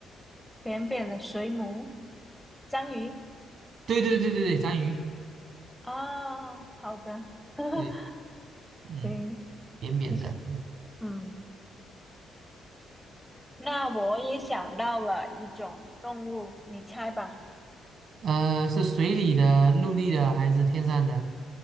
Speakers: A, in the centre; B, on the right.
A: 扁扁的水母，章鱼
B: 对对对对对对，章鱼，
A: 啊、好的，<laughs>
B: 对，嗯，
A: 行，
B: 扁扁的。
A: 你是嗯，那我也想到了一种动物，你猜吧，
B: 呃，是水里的、陆地的还是天上的？